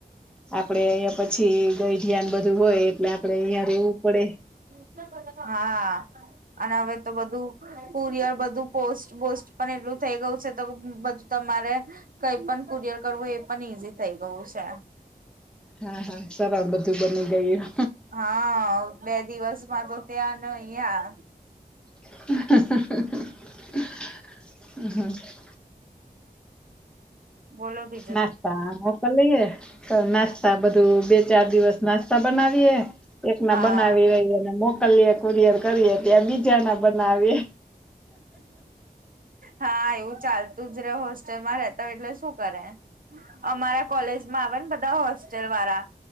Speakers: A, in the centre; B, on the right (about 60°).
A: આપડે પછી ગઈ ધ્યાન બધું હોય એટલે આપડે અહિયાં રેવું પડે.
B: <unintelligible> હા અને હવે તો બધું કુરિયર બધું પોસ્ટ બોસ્ટ પણ એટલું થઈ ગયું છે તો બધું તમારે કઈ પણ કુરિયર કરવું એ પણ ઈઝી થઇ ગયું છે.
A: હા હા સર બધું બની ગયું.
B: હા બે દિવસમાં તો ત્યાં ન અહીંયા
A: <unintelligible>
B: બોલો બી
A: નાસ્તા મોકલ લઈએ નાસ્તા બધું બે ચાર દિવસ નાસ્તા તા બનાવીએ એક ના
B: હા
A: બનાવી રહીને મો <unintelligible> કુરિયર કરીએ ત્યાં બીજા ના બનાવીએ.
B: હા એવું ચાલતું જ રે હોસ્ટેલમાં રેતા હોય એટલે શું કરે? અમારા કોલેજમાં આવે ને બધા હોસ્ટેલ વાળા